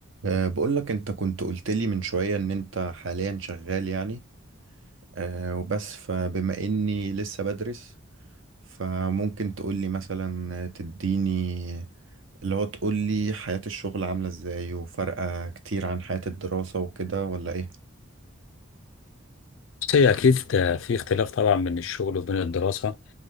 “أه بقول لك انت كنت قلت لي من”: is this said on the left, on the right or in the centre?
Right